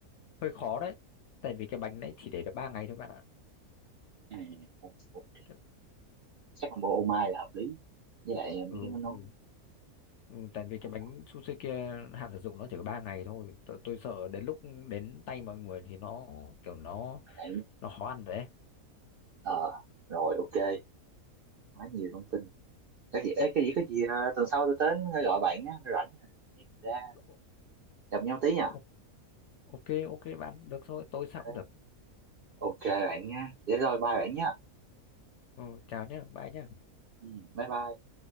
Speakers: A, on the left (about 65°); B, on the right (about 65°).
A: hơi khó đấy tại vì cái bánh đấy chỉ để được ba ngày thôi bạn ạ
B: à ok
A: Cái-
B: chắc combo ô mai là hợp lý với lại mấy
A: ừ,
B: cái món nón
A: ừ, ừ tại vì cái
B: mình
A: bánh su xê kia hạn sử dụng nó chỉ có ba ngày thôi tôi, tôi sợ đến lúc đến tay mọi người thì nó kiểu nó
B: hỏi lại.
A: nó khó ăn đấy
B: ờ rồi ok quá nhiều thông tin cái gì ấy, cái gì có gì à, tuần sau tôi đến gọi bạn á rảnh à, anh em ra
A: Ô-
B: gặp nhau tí nha
A: ô- ok ok bạn được thôi tôi sao
B: Ờ,
A: cũng được
B: ok bạn nha để rồi bye bạn nha
A: ừ, chào nhé bye nhé
B: ừ, bye bye